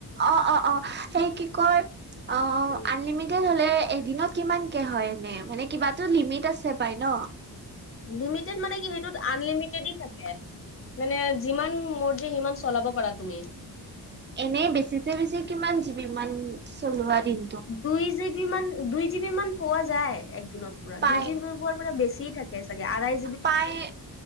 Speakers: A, on the right; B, on the left.
A: অ, অ, অ, সেই কি কয় অ
B: উম।
A: আনলিমিটেড হলে এদিনত কিমানকে হয় এনে মানে কিবাাতো লিমিট আছে পাই ন?
B: লিমিটেড মানে কি সেইটোত আনলিমিটেডে থাকে মানে যিমান মৰ্জি সিমান চলাব পাৰা তুমি।
A: এনেই বেছিছে বেছি কিমান জিবি ইমান চলোৱা দিন
B: দুই জি বি মান দুই জি বি মান পোৱা যায় এক দিনত পুৰা
A: পাই
B: দুই জি বি পোৱাৰ পৰা বেছি থাকে। হয় চাগে আঢ়ৈ
A: পাই